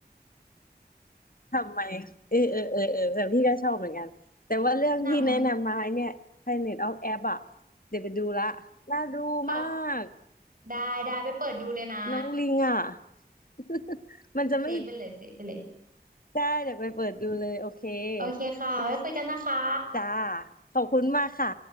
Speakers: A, on the left; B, on the right.
A: ทำไมเออเออเออเออแต่พี่ก็ชอบเหมือนกันแต่ว่าเรื่องที่แนะนำมาไอ้เนี่ย
B: หนัง
A: Planet of Apes อะเดี๋ยวไปดูละน่าดูมาก
B: ค่ะได้ได้ไปเปิดดูเลยนะ
A: น้องลิงอะ <laughs> มันจะไม่
B: เซฟไปเลยเซฟไปเลย
A: ได้เดี๋ยวไปเปิดดูเลยโอเค
B: โอเคค่ะไว้คุยกันนะคะ
A: ได้จ้าขอบคุณมากค่ะ